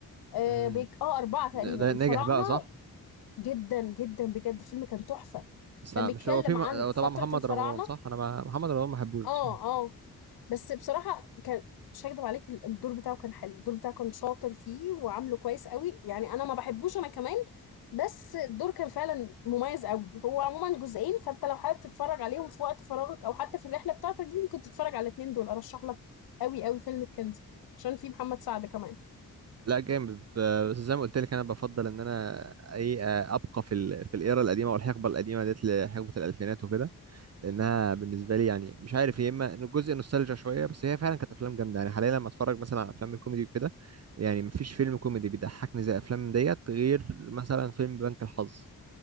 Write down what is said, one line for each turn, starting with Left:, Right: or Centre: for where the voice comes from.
Left: اه,
Right: امم
Left: بيك... آه اربعه تقريبا
Right: ن- ده
Left: الفراعنه
Right: ناجح بقى صح
Left: جدا جدا بجد الفيلم كان تحفه
Right: بس
Left: كان
Right: مش
Left: بيتكلم
Right: هو في م...
Left: عن
Right: هو
Left: فتره
Right: طبعا محمد
Left: الفراعنه
Right: رمضان صح انا ما... محمد رمضان ما بحبوش
Left: اه
Right: بصراحة
Left: اه بس بصراحة كان مش هكدب عليك ال- الدور بتاعه كان حلو الدور بتاعه كان شاطر فيه وعامله كويس قوي يعني انا ما بحبوش انا كمان بس الدور كان فعلا مميز قوي هو عموما جزئين فانت لو حابب تتفرج عليهم في وقت فراغك او حتى في الرحلة بتاعتك دي ممكن تتفرج على الاتنين دول ارشح لك قوي قوي فيلم الكنز عشان فيه محمد سعد كمان
Right: لا جامد ب- بس زي ما قلت لك انا بفضل ان انا اي آه، ابقى في ال... في الايرا القديمة والحقبة القديمة ديت لحقبة الالفينات وكده لانها بالنسبه لي يعني مش عارف يا اما إنه جزء نوستالجيا شويه بس هي فعلا كانت افلام جامده يعني حاليا لما اتفرج مثلا على افلام الكوميدي وكده يعني مفيش فيلم كوميدي بيضحكني زي افلام ديت غير مثلا فيلم بنك الحظ